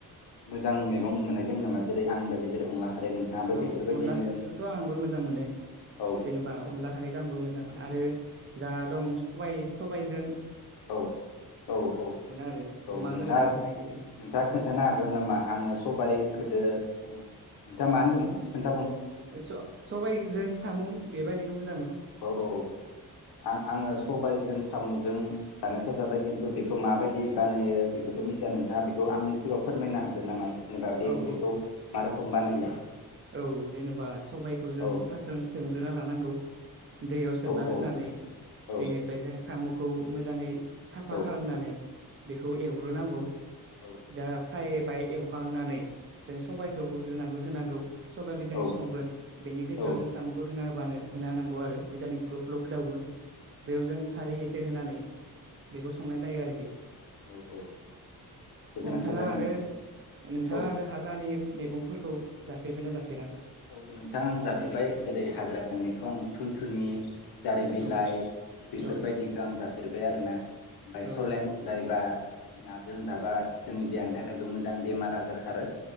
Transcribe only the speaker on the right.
औ
अनला खा <inaudible> खौथ' आंबो मोजां मोनो
जेनेबा अनला खारैखौ आंबो मोजां मोनो आरो जा दं सबाइ सबाइजों
आरो अमा
गोरान संनाय
ओ स- सबाइजों सामु बेबायदिखौ मोज
औ
औ
औ जेनेबा सबाइखौ जों
फाष्टावनो सोम ग्रोना लानांगौ। दैयाव सोमना
दोननानै
इनिफ्राय जों सामु खौ मोजाङै साफा
खालामनानै बेखौ एवग्रोनांगौ
दा फ्राइ बाय एवखांनानै जों सबायखौ होग्रोनांगौ होनांगौ। सबाय <unintelligible>
संगोन बेनि
गेजेराव जों साम'खौ होना हो बानो होना होनांगौ आरो जिदानि ग्लुप-ग्लुप गोदाउ गोन बेयाव जों खारै एस से होनानै बेखौ संनाय जायो आरोखि,
नोंथाङा
आरो नोंथाङा
आरो हाग्रानि मेगंफोरखौ जा फेरबाय ना जाफेरा?
औ
औ
औ